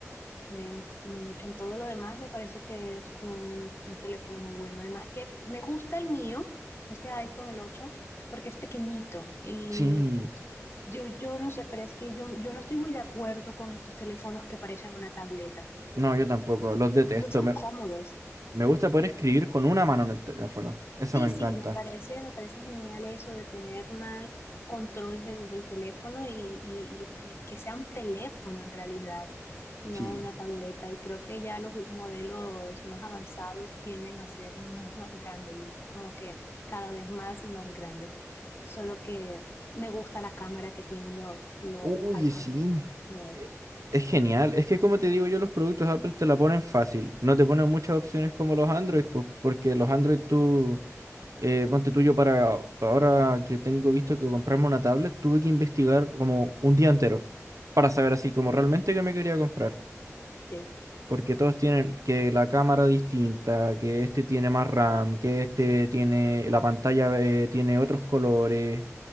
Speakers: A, on the left; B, on the right.
A: Eh, mm, en todo lo demás me parece que es un, un teléfono muy bueno. Además que me gusta el mío, este iPhone, el 8 porque es pequeñito y
B: Sí.
A: yo, yo no sé, pero es que yo, yo no estoy muy de acuerdo con estos teléfonos que parecen una tableta.
B: No, yo tampoco, los detesto.
A: No son
B: Me,
A: cómodos.
B: me gusta poder escribir con una mano en el teléfono. Eso
A: Sí,
B: me encanta.
A: sí, me parece, me parece genial eso de tener más control del, del teléfono y, y- y- y que sea un teléfono en realidad, no
B: Sí.
A: una tableta. Y creo que ya los modelos más avanzados tienden a ser más, más grande y es como que cada vez más y más grande. Solo que me gusta la cámara que tienen los, los,
B: Uy,
A: los iPhone
B: sí.
A: nuevos.
B: Eh, Es genial. Es que como te digo yo, los productos Apple te la ponen fácil. No te ponen muchas opciones como los Android, pues, porque los Android tú Eh, ponte tuyo para para ahora que tengo visto que comprarme una tablet, tuve que investigar como un día entero para saber así como realmente qué me quería comprar.
A: Sí.
B: Porque todos tienen que la cámara distinta, que este tiene más RAM, que este tiene la pantalla eh, tiene otros colores.